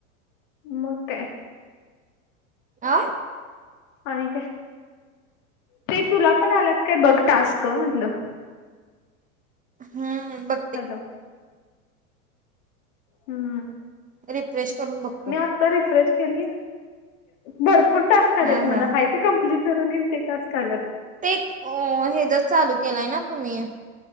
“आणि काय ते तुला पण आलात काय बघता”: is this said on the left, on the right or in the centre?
Left